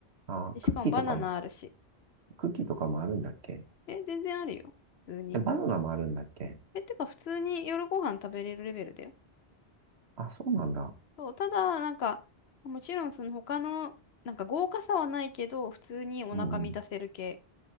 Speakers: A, on the right; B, on the left.
A: あー、
B: で、しかもバナナあるし。
A: クッキーとかも、クッキーとかもあるんだっけ
B: え、全然あるよ。普通に。
A: えバナナもあるんだっけ
B: え、てか普通に夜ご飯食べれるレベルだよ。
A: あ、そうなんだ。
B: そう。ただなんかもちろんその他のなんか豪華さはないけど普通にお腹満たせる系
A: うんうん。